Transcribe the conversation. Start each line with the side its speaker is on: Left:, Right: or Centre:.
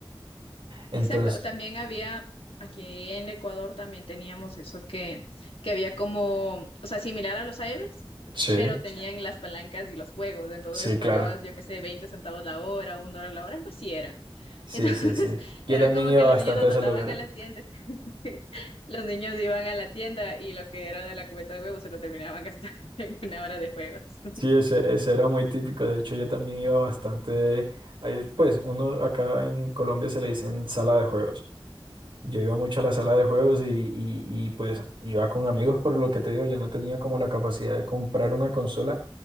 Right: Entonces,
Left: Exacto, también había,
Right: Sí.
Left: aquí en Ecuador también teníamos eso que, que había como, o sea, similar a los cybers,
Right: sí,
Left: pero tenían las palancas y los juegos, entonces
Right: sí,
Left: pagabas,
Right: claro.
Left: yo qué sé, 20 centavos la hora, un dólar la hora, algo así era.
Right: Sí,
Left: Entonces,
Right: sí, sí.
Left: <laughs>
Right: Yo
Left: era
Right: también
Left: como
Right: iba
Left: que los
Right: bastante
Left: niños los
Right: a
Left: mandaban
Right: esos lugares.
Left: a la tienda, <laughs> los niños iban a la tienda y lo que era de la cubeta de huevos se lo terminaban gastando <laughs> en una hora de juegos.
Right: Sí, ese, ese era muy típico. De hecho, yo también iba bastante, ahí, pues uno acá en Colombia se le dicen sala de juegos. Yo iba mucho a la sala de juegos y, y, y, pues iba con amigos, por lo que te digo, yo no tenía como la capacidad de comprar una consola